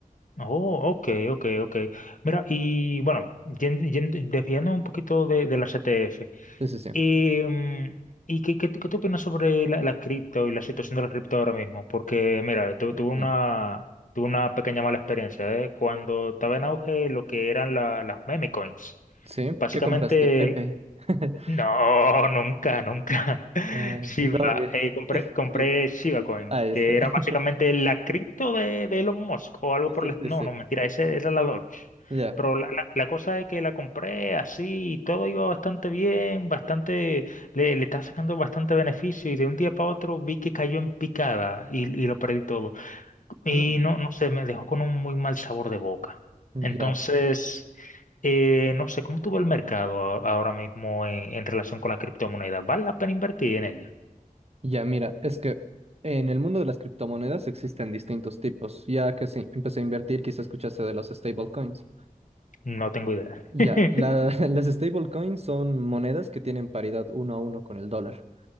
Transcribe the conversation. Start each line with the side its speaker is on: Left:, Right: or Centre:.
Left: Oh, ok, ok, ok. Mira, y bueno, yen- yen- desviándonos un poquito de, de la CTF.
Right: Sí, sí, sí.
Left: ¿Y, mm, y qué, qué, qué tú opinas sobre la, la cripto y la situación de la cripto ahora mismo? Porque, mira, tu-
Right: Mm.
Left: tuve una, tuve una pequeña mala experiencia, ¿eh? Cuando estaba en auge lo que eran la- las meme coins.
Right: ¿Sí?
Left: Básicamente,
Right: ¿Qué compraste, Pepe? <laughs>
Left: No, nunca, nunca. <laughs>
Right: Ah,
Left: Shiba,
Right: Doge.
Left: eh,
Right: <laughs>
Left: compré, compré
Right: Chido.
Left: Shiba Coin,
Right: Ahí
Left: que
Right: está.
Left: era
Right: <laughs>
Left: básicamente la cripto de, de Elon Musk o algo
Right: Sí,
Left: por el... est-
Right: sí,
Left: No,
Right: sí.
Left: no, mentira, ese era la Doge.
Right: Ya.
Left: Pero la, la- la cosa es que la compré así y todo iba bastante bien, bastante, le, le estaba sacando bastante beneficio y de un día para otro vi que cayó en picada y, y lo perdí todo. Y
Right: Mm,
Left: no, no sé, me dejó con un muy mal sabor de boca.
Right: Ya.
Left: Entonces, eh, no sé, ¿cómo tú ves el mercado a- ahora mismo en, en relación con la criptomoneda? ¿Vale la pena invertir en ella?
Right: Ya, mira, es que en el mundo de las criptomonedas existen distintos tipos. Ya que sí, empecé a invertir, quizá escuchaste de los stablecoins.
Left: No tengo idea.
Right: Ya,
Left: <laughs>
Right: la- <laughs> las stablecoins son monedas que tienen paridad uno a uno con el dólar.